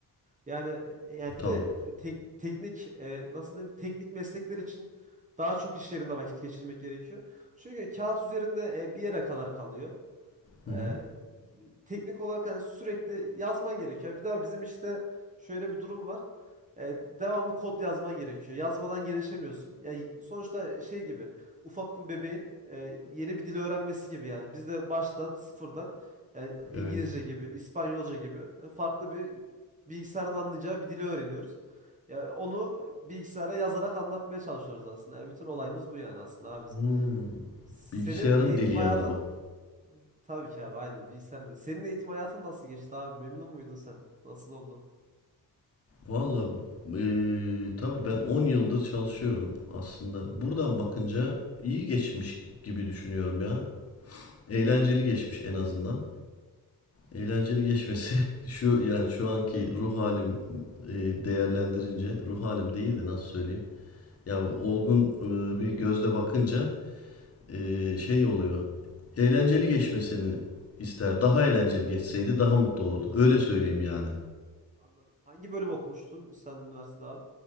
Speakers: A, on the right (about 20°); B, on the left (about 40°).
A: Yani yani
B: tabii.
A: bir de te- teknik e, nasıl diyeyim teknik meslekler için daha çok iş yerinde vakit geçirmek gerekiyor. Çünkü kağıt üzerinde e, bir yere kadar kalıyor.
B: Hı
A: Ee,
B: hı,
A: teknik olarak hani sürekli yazman gerekiyor. Bir daha bizim işte şöyle bir durum var. Ee, devamlı kod yazman gerekiyor. Yazmadan gelişemiyorsun. Yani sonuçta şey gibi ufak bir bebeğin e, yeni bir dil öğrenmesi gibi yani. Biz de baştan sıfırdan yani İngilizce
B: evet.
A: gibi, İspanyolca gibi farklı bir bilgisayarın anlayacağı bir dili öğreniyoruz. Ya onu bilgisayara yazarak anlatmaya çalışıyoruz aslında. Ya bütün olayımız bu yani aslında abi bizim.
B: Hmm,
A: Senin
B: bilgisayarın
A: eğitim
B: dili
A: hayatın
B: yani bu.
A: Tabii ki abi aynen bilgisayarda. Senin eğitim hayatın nasıl geçti abi? Memnun muydun sen? Nasıl oldu?
B: Valla eee tabii ben 10 yıldır çalışıyorum aslında. Buradan bakınca iyi geçmiş gibi düşünüyorum ya. Eğlenceli geçmiş en azından. Eğlenceli geçmesi <laughs> şu yani şu anki ruh halim eee, değerlendirince ruh halim değil de nasıl söyleyeyim? Ya olgun eee, bir gözle bakınca eee, şey oluyor. Eğlenceli geçmesini ister. Daha eğlenceli geçseydi daha mutlu olurdum. Öyle söyleyeyim yani.
A: Anladım. Hangi bölüm okumuştun sen üniversitede abi?